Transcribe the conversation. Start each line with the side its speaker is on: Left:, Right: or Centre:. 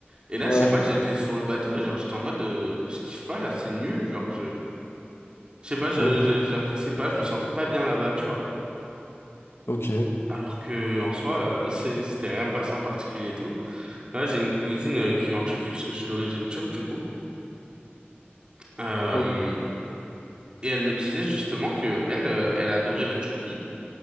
Right: Et là,
Left: ouais,
Right: je sais pas, j'étais sur le bateau et genre, j'étais en mode, euh, je kiffe pas, là, c'est nul, genre, Je sais pas, je,
Left: o-
Right: je- j'appréciais pas, je me sentais pas bien là-bas, tu vois.
Left: ok,
Right: Alors que en soi, euh, <laughs> c'est- c'était rien passé en particulier et tout. Là, j'ai une cousine euh, qui vit en Turquie parce que je suis d'origine turque du coup. Euh,
Left: ok,
Right: et elle me disait justement que elle, euh, elle adorait la Turquie.